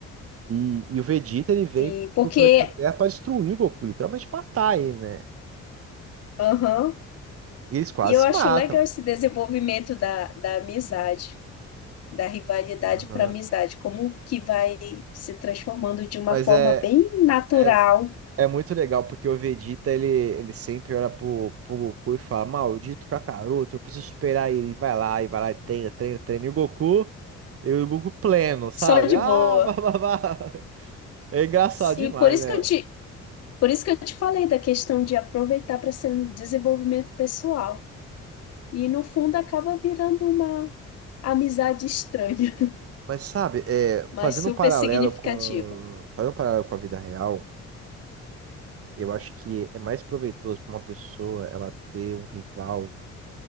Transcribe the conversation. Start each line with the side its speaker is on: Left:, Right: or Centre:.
Right: E, e o Vegeta ele vem
Left: sim, porque
Right: pro planeta Terra pra destruir o Goku, literalmente matar ele, né?
Left: aham.
Right: E eles quase
Left: E eu
Right: se
Left: acho
Right: matam.
Left: legal esse desenvolvimento da, da amizade. da rivalidade
Right: Aham.
Left: para amizade, como que vai se transformando de uma
Right: Mas
Left: forma
Right: é.
Left: bem natural,
Right: é, É muito legal porque o Vegeta ele, ele sempre olha pro, pro Goku e fala: Maldito Kakaroto, eu preciso superar ele. E vai lá, e vai lá, e treina, treina, treina. E o Goku, e o Goku pleno, sabe?
Left: só de
Right: Ah,
Left: boa.
Right: <laughs> bababá. É engraçado
Left: Sim,
Right: demais,
Left: por isso
Right: né?
Left: que eu te, por isso que eu te falei da questão de aproveitar para ser um desenvolvimento pessoal. E no fundo acaba virando uma amizade estranha,
Right: Mas sabe, é,
Left: <laughs> mas
Right: fazendo
Left: super
Right: um paralelo
Left: significativa.
Right: com, fazendo um paralelo com a vida real, eu acho que é mais proveitoso para uma pessoa ela ter um rival